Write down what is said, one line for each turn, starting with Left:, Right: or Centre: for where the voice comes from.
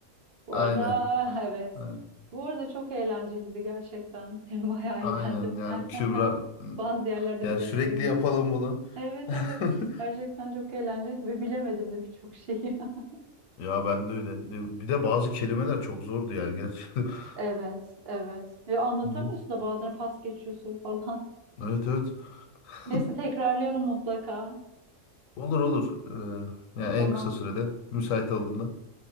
Right: Bu
Left: Aynen.
Right: arada <laughs> evet.
Left: Aynen.
Right: Bu arada çok eğlenceliydi gerçekten. <laughs> Bayağı
Left: Aynen
Right: eğlendim
Left: yani
Right: ben.
Left: Kübra
Right: Bazı yerlerde
Left: yani
Right: bilemedim
Left: sürekli
Right: onu.
Left: yapalım
Right: <laughs>
Left: bunu.
Right: Evet
Left: <laughs>
Right: evet. Gerçekten çok eğlenceliydi ve bilemedim de birçok şeyi. <laughs>
Left: Ya ben de öyle. Bir de bazı kelimeler çok zordu yani gerçi. <laughs>
Right: Evet, evet. Ve anlatamıyorsun
Left: Hı.
Right: da bazen pas geçiyorsun falan.
Left: Evet evet.
Right: <laughs> Neyse
Left: <laughs>
Right: tekrarlayalım mutlaka.
Left: Olur olur. Ee, yani
Right: Tamam,
Left: en kısa sürede müsait olduğunda.